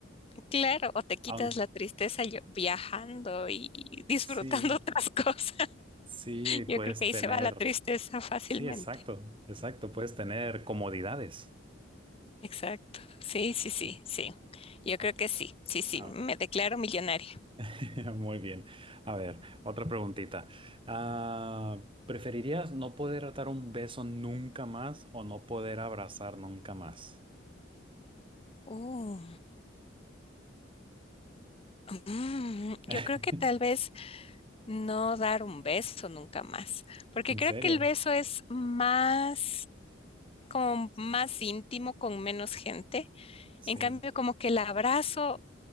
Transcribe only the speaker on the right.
Aunque
sí,
sí, puedes
tener,
sí, exacto, exacto, puedes tener comodidades.
Sí.
Ah,
ah,
<laughs> Muy bien. A ver, otra preguntita. Ah, ¿preferirías no poder dar un beso nunca más o no poder abrazar nunca más?
<laughs>
¿En
serio?
Sí,